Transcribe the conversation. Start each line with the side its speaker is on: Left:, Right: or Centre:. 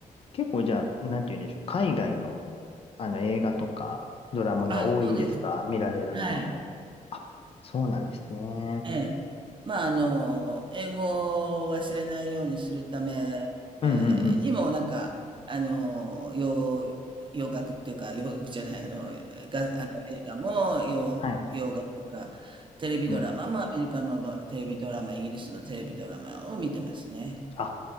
Left: 結構じゃあ、なんて言うんでしょう。海外の、あの映画とかドラマが多いですか見られるのは。
Right: あ、そうです。はい。
Left: あ、そうなんですね。
Right: ええ。まあ、あの、英語を忘れないようにするため
Left: うんうんうん。
Right: にも、なんか、あの、洋、洋楽っていうか、洋楽じゃない、あの、が、あの映画も洋、
Left: はい。
Right: 洋楽とか、テレビドラマもアメリカのドテレビドラマ、
Left: うん。
Right: イギリスのテレビドラマを見てますね。
Left: あ、